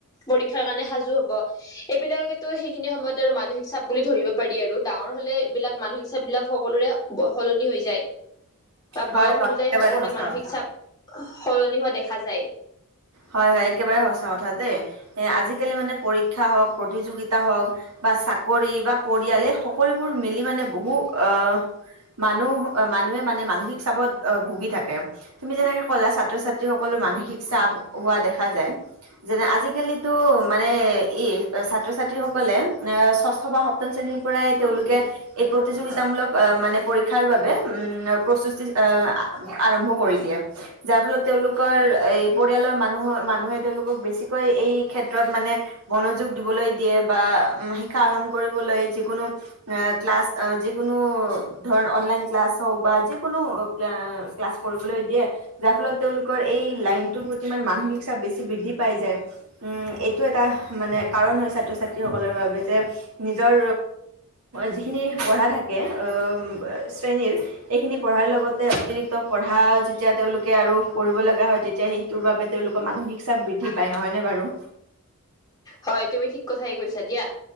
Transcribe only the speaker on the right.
হয়
হয়
একেবাৰে
সঁচা
কথা
হয় হয় একেবাৰে সঁচা কথা দেই, এ আজিকালি মানে পৰীক্ষা হওক, প্ৰতিযোগিতা হওক বা চাকৰি বা পৰিয়ালে সকলোবোৰ মিলি মানে বহু আহ, মানুহ মানুহে মানে মানসিক চাপত ভুগি থাকে তুমি যেনেকে ক'লা ছাত্ৰ ছাত্ৰী সকলো মানসিক চাপ হোৱা দেখা যায়। যেনে আজিকালিতো মানে ই ছাত্ৰ ছাত্ৰীসকলে, এ ষষ্ঠ বা সপ্তম শ্ৰেণীৰ পৰাই তেওঁলোকে এই প্ৰতিযোগিতামূলক আহ মানে পৰীক্ষাৰ বাবে উম প্ৰস্তুতি আহ আৰম্ভ কৰি দিয়ে, যাৰ ফলত তেওঁলোকৰ এই মানুহৰ-মানুহে তেওঁলোকক বেছিকৈ এই ক্ষেত্ৰত মানে মনোযোগ দিবলৈ দিয়ে বা শিক্ষা আহৰণ কৰিবলৈ যিকোনো ক্লাছ যিকোনো, ধৰ অনলাইন ক্লাছ হওক বা যিকোনো ক্লাছ পঢ়িবলৈ দিয়ে, যাৰ ফলত তেওঁলোকৰ এই টো প্রতি মানে মানসিক চাপ বেছি বৃদ্ধি পাই যায়, উম এইটো এটা মানে কাৰণ হয় ছাত্ৰ ছাত্ৰীসকলৰ বাবে যে নিজৰ যিখিনি পঢ়া থাকে অ শ্ৰেণীৰ এইখিনি পঢ়াৰ লগতে অতিৰিক্ত পঢ়া যেতিয়া তেওঁলোকে আৰু পঢ়িব লগা হয় তেতিয়া সি তোৰ বাবে তেওঁলোকৰ মানসিক চাপ বৃদ্ধি পায় নহয়নে বাৰু?